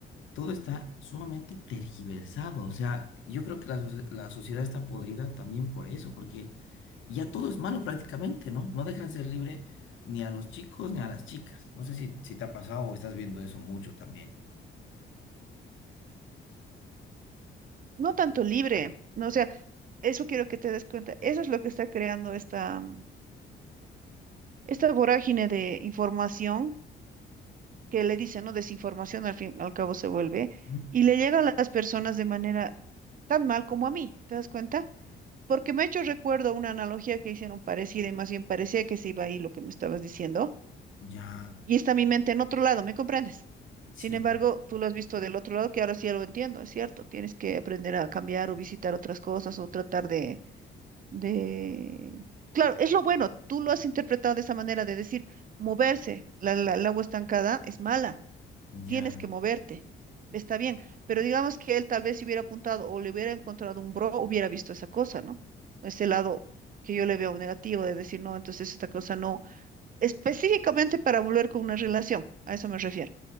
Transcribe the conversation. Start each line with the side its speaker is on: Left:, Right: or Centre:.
Left: todo está sumamente tergiversado. O sea, yo creo que la, socie- la sociedad está podrida también por eso, porque ya todo es malo prácticamente, ¿no? No dejan ser libre ni a los chicos ni a las chicas. No sé si, si te ha pasado o estás viendo eso mucho también.
Right: No tanto libre, no, o sea, eso quiero que te des cuenta, eso es lo que está creando esta, mm, esta vorágine de información que le dicen, ¿no? Desinformación al fin, al cabo se vuelve,
Left: Ujú.
Right: y le llega a las personas de manera tan mal como a mí, ¿te das cuenta? Porque me ha hecho recuerdo una analogía que hicieron parecida y más bien parecía que se iba ahí lo que me estabas diciendo.
Left: Ya,
Right: Y está mi mente en otro lado, ¿me comprendes?
Left: sí,
Right: Sin embargo, tú lo has visto del otro lado, que ahora sí ya lo entiendo, es cierto. Tienes que aprender a cambiar o visitar otras cosas o tratar de, de... Claro, es lo bueno. Tú lo has interpretado de esa manera de decir, moverse, la, la- el agua estancada es mala
Left: ya,
Right: tienes que moverte. Está bien, pero digamos que él tal vez si hubiera apuntado o le hubiera encontrado un bro, hubiera visto esa cosa, ¿no? Ese lado que yo le veo negativo de decir, no, entonces esta cosa no, específicamente para volver con una relación, a eso me refiero.